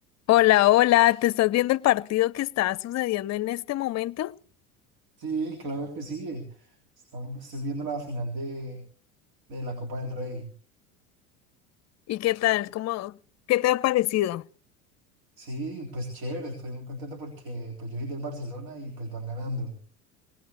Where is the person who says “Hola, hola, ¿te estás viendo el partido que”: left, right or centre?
Left